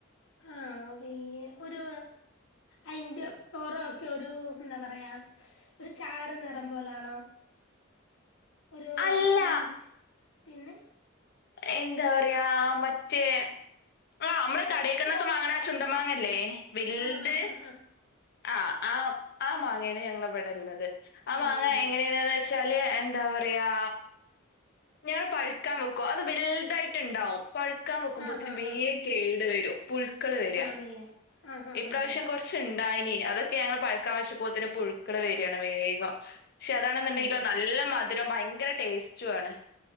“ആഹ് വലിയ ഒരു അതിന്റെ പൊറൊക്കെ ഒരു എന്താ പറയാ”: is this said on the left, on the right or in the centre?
Left